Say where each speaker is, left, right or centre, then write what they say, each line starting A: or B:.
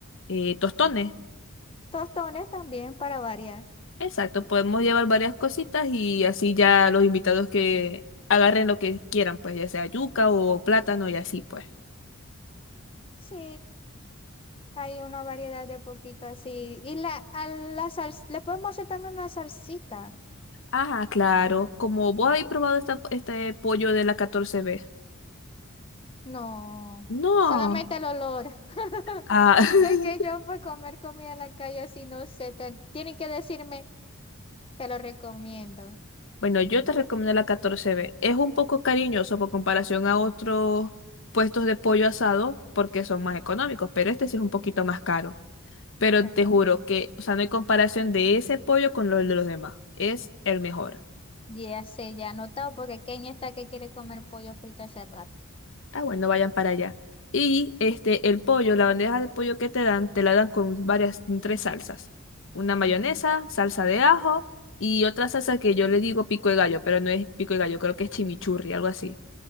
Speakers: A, on the left (about 60°); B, on the left (about 25°).
A: eh, tostones.
B: Tostones también para variar.
A: Exacto, podemos llevar varias cositas y así ya los invitados que agarren lo que quieran, pues ya sea yuca o plátano y así pues.
B: Sí, hay una variedad de poquito así. Y la, a la sal- le podemos hacer también una salsita.
A: Ah, claro. Como vos habéis probado esta- este pollo de la 14B.
B: No,
A: No.
B: solamente el olor. <laughs>
A: Ah,
B: Es que yo
A: <laughs>
B: para comer comida en la calle así no sé, te- tienen que decirme, te lo recomiendo.
A: bueno, yo te recomiendo la 14B. Es un poco cariñoso por comparación a otros puestos de pollo asado porque son más económicos, pero este sí es un poquito más caro. Pero
B: ¿Ok?
A: te juro que, o sea, no hay comparación de ese pollo con los de los demás. Es el mejor.
B: Ya sé, ya he anotado porque Kenia está que quiere comer pollo frito hace rato.
A: Ah, bueno, vayan para allá. Y este, el pollo, la bandeja de pollo que te dan, te la dan con varias, con tres salsas. Una mayonesa,
B: Ajá.
A: salsa de ajo y otra salsa que yo le digo pico de gallo, pero no es pico de gallo, creo que es chimichurri, algo así.